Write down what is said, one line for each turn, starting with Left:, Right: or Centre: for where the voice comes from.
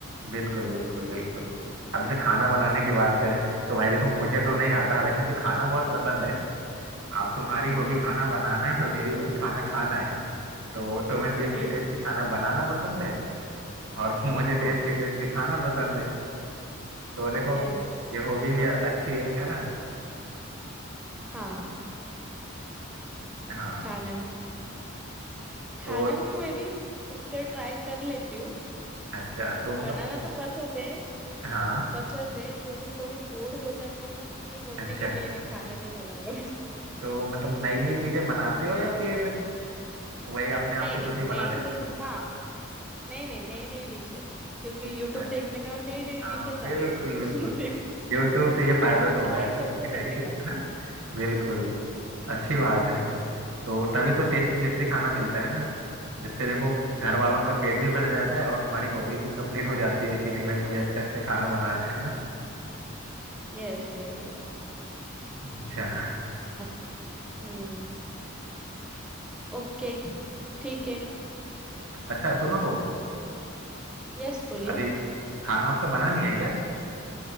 Right: बिल्कुल बिल्कुल
Centre: हम्म
Right: बिल्कुल अब जैसे खाना बनाने की बात करें तो भाई देखो मुझे तो नहीं आता
Centre: हाँ
Right: हालांकि मुझे खाना बहुत पसंद है अब तुम्हारी
Centre: हम्म
Right: हॉबी खाना बनाना है और मेरी हॉबी खाना खाना है तो तुम्हें टेस्टी
Centre: <laughs> यस
Right: टेस्टी खाना बनाना पसंद है और <laughs> मुझे टेस्टी
Centre: हाँ
Right: टेस्टी खाना पसंद है तो देखो
Centre: यस
Right: ये हॉबी भी अच्छी है है ना
Centre: हाँ
Right: हाँ
Centre: खाना खाने
Right: तो
Centre: में मैं भी तो ट्राई कर लेती हूँ
Right: अच्छा तो मतलब
Centre: बनाना तो पसंद है
Right: हाँ
Centre: पसंद है जब भी कभी बोर हो जाती हूँ फिर बोलती
Right: अच्छा
Centre: हूँ कि नहीं नहीं खाना नहीं बनाना <laughs> अभी
Right: तो मतलब नई नई चीजें बनाते हो या फिर वही अपने आप
Centre: नहीं
Right: से
Centre: नहीं
Right: कुछ भी
Centre: नहीं
Right: बना लेते हो
Centre: नहीं हाँ नहीं नहीं नई नई डिशेस क्योंकि यूट्यूब
Right: अच्छा
Centre: देखने का और नई नई
Right: हाँ
Centre: डिशेस
Right: बिल्कुल
Centre: आते हैं
Right: बिल्कुल
Centre: उसमें देख
Right: यूट्यूब से ये फायदा
Centre: ट्राई
Right: तो हुआ है कुछ
Centre: करते
Right: भी नई
Centre: रहने
Right: डिश
Centre: का
Right: है ना बिल्कुल अच्छी बात है तो तभी तो टेस्टी टेस्टी खाना मिलता है ना इससे देखो घर
Centre: Yes
Right: वालों का पेट भी भर जाता है और तुम्हारी हॉबी भी कंप्लीट हो जाती है कि नहीं भाई मुझे अच्छा अच्छा खाना बनाना है है ना
Centre: yes yes yes
Right: अच्छा
Centre: अच्छा हम्म ओके ठीक है
Right: अच्छा सुनो तो
Centre: यस बोलिए
Right: अभी खाना आपका बना नहीं है क्या